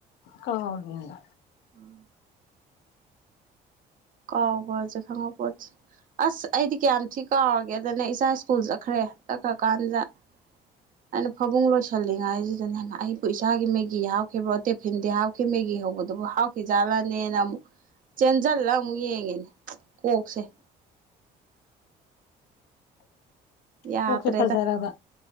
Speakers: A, on the left; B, on the right.
A: ꯀꯥꯎꯔꯤꯅꯦ
B: ꯎꯝ ꯀꯥꯎꯕꯖꯦ ꯈꯪꯍꯧꯄꫭꯠꯇꯦ ꯑꯁ ꯑꯩꯗꯤ ꯀꯌꯥꯝ ꯊꯤ ꯀꯥꯎꯔꯒꯦꯗꯅ ꯏꯆꯥ ꯁ꯭ꯀꯨꯜ ꯆꯠꯈ꯭ꯔꯦ ꯆꯠꯈ꯭ꯔ ꯀꯥꯟꯖꯤꯗ <unintelligible> ꯑꯩꯅ ꯐꯃꯨꯡ ꯂꯣꯏꯁꯤꯜꯂꯤꯉꯥꯏꯁꯤꯗꯅꯦ ꯑꯩꯕꯨ ꯏꯆꯥꯒꯤ ꯃꯦꯒꯤ ꯍꯥꯥꯞꯈꯤꯕ꯭ꯔꯣ ꯇꯤꯐꯤꯟꯗꯤ ꯍꯥꯥꯞꯈꯤ ꯃꯦꯒꯤ ꯍꯧꯕꯗꯨꯕꯨ ꯍꯥꯞ ꯖꯥꯠꯂꯅꯦꯅ ꯑꯃꯨꯛ ꯆꯦꯟꯖꯜꯂ ꯑꯃꯨꯛ ꯌꯦꯡꯉꯤꯅꯦ ꯀꯣꯛꯁꯦ ꯌꯥꯗ꯭ꯔꯦꯗ
A: ꯀꯣꯛꯁꯦ ꯐꯖꯔꯕ